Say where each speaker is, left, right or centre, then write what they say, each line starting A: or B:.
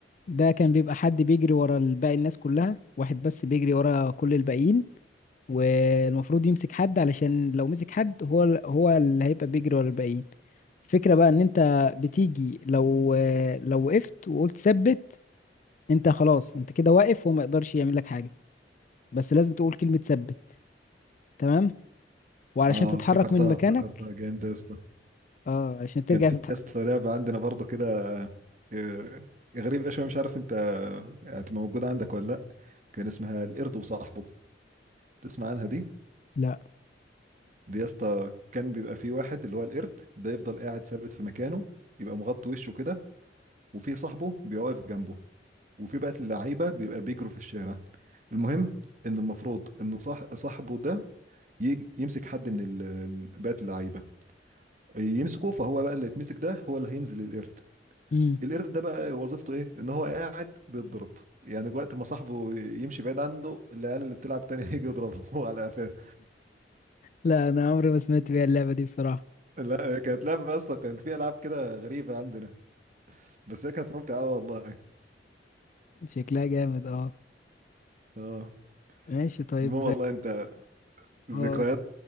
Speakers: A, on the left; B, on the right.
A: ده كان بيبقى حد بيجري ورا باقي الناس كلها واحد بس بيجري ورا كل الباقيين والمفروض يمسك حد علشان لو مسك حد هو ال- هو اللي هيبقى بيجري ورا الباقيين الفكرة بقى ان انت بتيجي لو لو وقفت وقلت ثبت انت خلاص انت كده واقف وما يقدرش يعمل لك حاجة بس لازم تقول كلمة ثبت تمام وعلشان
B: اه
A: تتحرك
B: افتكرتها
A: من مكانك
B: افتكرتها جامدة يا اسطى
A: اه علشان ترجع
B: كان في
A: تتح...
B: يا اسطى لعبة عندنا برضه كده آه، غريبة شوية مش عارف انت آه، هتبقى موجودة عندك ولا لا كان اسمها القرد وصاحبه تسمع عنها دي
A: لا
B: دي يا اسطى كان بيبقى فيه واحد اللي هو القرد ده يفضل قاعد ثابت في مكانه يبقى مغطي وشه كده وفي صاحبه بيبقى واقف جنبه وفي بقى اللعيبه بيبقى بيجروا في الشارع المهم ان المفروض ان صاح صاحبه ده يج- يمسك حد من ال- ال- بقى اللعيبه يمسكه فهو بقى اللي يتمسك ده هو اللي هينزل القرد
A: مم.
B: القرد ده بقى وظيفته ايه ان هو قاعد بيتضرب يعني وقت ما صاحبه يمشي بعيد عنه العيال اللي بتلعب تاني <laughs> هيجي يضربه على قفاه
A: لا انا عمري ما سمعت بيها اللعبة دي بصراحة
B: لا كانت لعبة اصلا كان في العاب كده غريبة عندنا بس هي كانت ممتعة أوي والله
A: شكلها جامد اه
B: اه
A: ماشي طيب
B: المهم والله انت ذكريات
A: اه